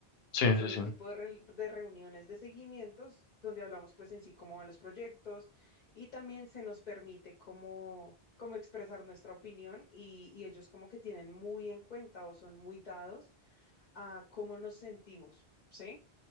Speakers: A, on the left (about 75°); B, on the left (about 45°).
A: Sí,
B: Son
A: sí, sí,
B: un tipo de, re- de reuniones de seguimientos donde hablamos pues en sí cómo van los proyectos y también se nos permite como, como expresar nuestra opinión y, y ellos como que tienen muy en cuenta o son muy dados a cómo nos sentimos, ¿sí?